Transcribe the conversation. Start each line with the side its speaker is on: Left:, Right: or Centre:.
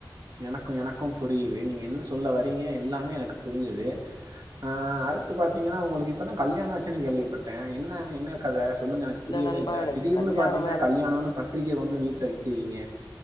Right: எனக்கு எனக்கும் புரியுது நீங்க என்ன சொல்ல வரீங்க எல்லாம் மே எனக்கு புருஞ்சுது ஆ அடுத்து பாத்தீங்கன்னா உங்களுக்கு இப்பதா கல்யாணோ ஆச்சுனு கேள்விப்பட்ட என்ன என்னக் அத சொல்லுங்க எனக்கு புரியவே
Left: நண்பா
Right: இல்ல
Left: எனக்கு
Right: திடீர்னு
Left: கல்யாணம்
Right: பாத்தீங்கன்னா
Left: மேல
Right: கல்யாணோன் பாத் பத்திரிக்க கொண்டு வந்து வீட்ல வெக்கிறீங்க